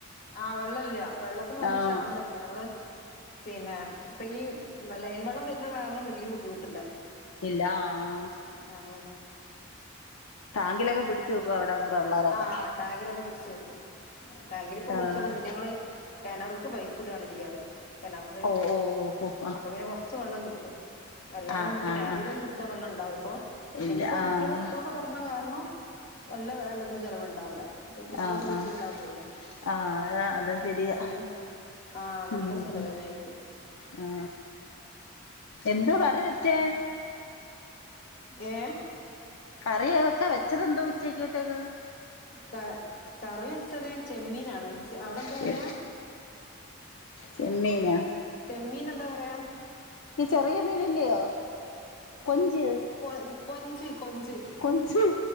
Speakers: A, on the left (about 45°); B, on the left (about 75°).
A: ആ വെള്ളെല്ല വെള്ളത്തിന് നല്ല
B: ആഹ്
A: ക്ഷാമം തന്നെയാണ്. ഞങ്ങള് പിന്നെ ഇപ്പ ഈ ലൈൻ വള്ളം വരുന്ന കാരണം വലിയ ബുദ്ധിമുട്ടില്ല.
B: ഇല്ലാ ആ
A: ആഹ്
B: ടാങ്കിലൊക്കെ പിടിച്ചു വെക്കും അവിടെ ഇവിടെ ഉള്ളവരൊക്കെ
A: ആഹ് ടാങ്കിലൊക്കെ പിടിച്ച് വെയ്ക്കും. ടാങ്കിലിപ്പം
B: ആഹ്
A: പിടിച്ചെക്കും പിന്നെ ഞങ്ങള് കിണറുക്ക് പൈപ്പ് ഇടുകയാണ് ചെയ്യാറ്. കിണറില്
B: ഓ ഓ ഓ ഓ ആഹ്
A: അപ്പൊ പിന്നെ കുറച്ച് വെള്ളം കിട്ടും അല്ലാതെ
B: ആഹ്
A: നമുക്ക്
B: ആഹ്
A: ടാങ്കീന്നൊന്നും
B: ആഹ്
A: പിടിച്ചാൽ വെള്ളം ഉണ്ടാവില്ല. ഇപ്പൊ
B: ഇല്ല
A: ഇനിയിപ്പോ
B: ആഹ്
A: കുട്ടീടെ സ്കൂളൊക്കെ തുറന്ന കാരണം വെല്ല വെള്ള അതിന് ചെലവുണ്ടാവില്ല. മറ്റേ കുട്ടികളൊക്കെ
B: ആഹ്
A: വീട്ടിലുണ്ടാവുമ്പോഴേ
B: ആഹ് ആഹ് അതാ അതാ ശരിയാ
A: നല്ല ആഹ് നല്ല
B: ഉം ഉം
A: ചെലവ് തന്നെയായിരിക്കും
B: ആ എന്തുവാ കറി വെച്ചേ?
A: ഏ
B: കറിയ ഒക്കെ വെച്ചതെന്ത് ഉച്ചക്കത്തേക്ക്?
A: ക കറി വെച്ചത് ചെമ്മീനാണ്. ചെ അവിടെ എന്താ
B: ചെ
A: പറയാ?
B: ചെമ്മീനാ..
A: ചെമ്മീൻ എന്താ പറയാ?
B: ഇത് ചെറിയ മീനല്ലിയോ.. കൊഞ്ച്
A: കൊ കൊഞ്ച് കൊഞ്ച്
B: കൊഞ്ച്